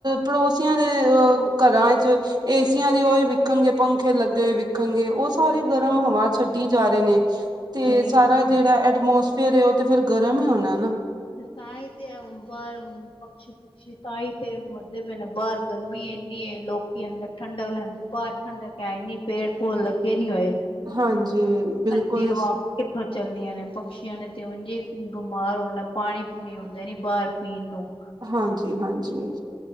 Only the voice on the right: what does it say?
ਪੜੋਸ । ਸੀਆਂ ਦੇ ਅ ਘਰਾਂ ਚ ਏਸੀਆਂ ਦੀ ਉਹਹੀ ਵਿਖਣਗੇ ਪੰਖੇ ਲੱਗੇ ਵਿਖਣਗੇ ਉਸ । ਸਾਰੇ ਗਰਮ ਹਵਾ ਛੱਡੀ ਜਾ ਰਹੇ ਨੇ ਤੇ
ਸਾਰਾ
ਜਿਹੜਾ
ਐਟਮੋਸ । ਫੇਰ ਉਹ ਤੇ ਫਿਰ ਗਰਮ ਹੀ ਹੋਣਾ ਨਾ ।
ਹਾਂਜੀ ਬਿਲਕੁਲ
ਹਾਂ ਜੀ ਹਾਂ ਜੀ